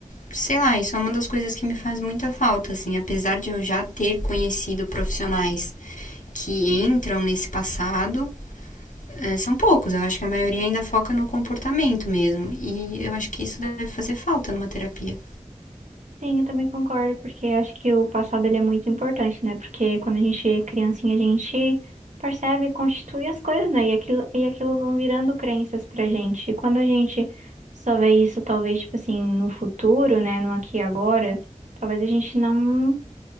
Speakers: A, on the left (about 85°); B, on the right (about 70°).
A: sei lá, isso é uma das coisas que me faz muita falta, assim, apesar de eu já ter conhecido profissionais que entram nesse passado, são poucos. Eu acho que a maioria ainda foca no comportamento mesmo. E eu acho que isso deve fazer falta numa terapia.
B: Sim, eu também concordo, porque eu acho que o passado ele é muito importante, né? Porque quando a gente é criancinha, a gente percebe, constitui as coisas, né? E aquilo, e aquilo vão virando crenças pra gente. E quando a gente só vê isso, talvez, tipo assim, no futuro, né? No aqui e agora, talvez a gente não